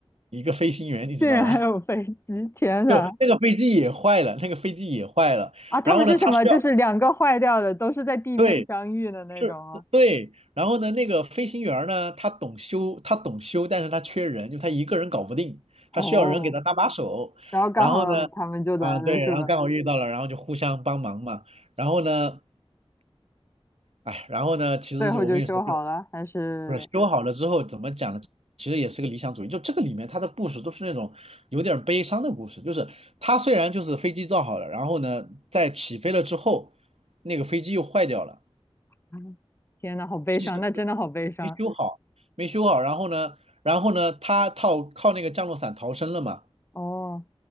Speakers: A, on the right; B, on the left.
A: 一个飞行员，你知道吗？
B: 竟然还有飞机！天呐，
A: <laughs> 就那个飞机也坏了，那个飞机也坏了。
B: 啊，他们是什么？
A: 然后呢，他需要，
B: 就是两个坏掉的，都是在地面相遇的那种哦。
A: 对，是，对。然后呢，那个飞行员儿呢，他懂修，他懂修，但是他缺人，就他一个人搞不定，
B: 哦，
A: 他需要人给他搭把手。
B: 然后刚好他们就来了，
A: 然后呢，啊，对，然后刚好遇到了，
B: 是吧？
A: 然后就互相帮忙嘛。然后呢，哎，然后呢，其实就我跟你说，
B: 最后就修好了，
A: 就。
B: 还是？
A: 不是修好了之后怎么讲呢？其实也是个理想主义，就这个里面它的故事都是那种有点儿悲伤的故事，就是它虽然就是飞机造好了，然后呢，在起飞了之后，那个飞机又坏掉了，
B: <laughs> 嗯天呐，好悲伤，
A: 机身
B: 那真的好悲伤
A: 没修好，没修好，然后呢，然后呢，他靠靠那个降落伞逃生了嘛。
B: 哦，